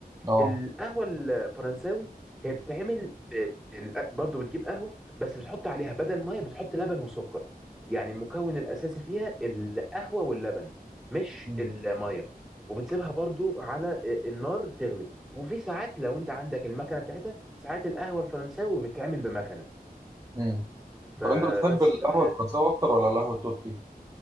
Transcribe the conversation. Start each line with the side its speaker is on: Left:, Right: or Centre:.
Right: آه
Centre: القهوة الفرنساوي هي بتتعمل ب... ال- برضو بتجيب قهوة بس بتحط عليها بدل مية بتحط لبن وسكر يعني المكون الأساسي فيها القهوة واللبن مش
Right: مم.
Centre: المية وبتسيبها برضو على النار تغلي وفي ساعات لو انت عندك المكنة بتاعتها ساعات القهوة الفرنساوي بتتعمل بمكنة
Right: مم.
Centre: فبس
Right: طب أنت بتحب القهوة
Centre: آه،
Right: الفرنساوي أكتر ولا القهوة التركي؟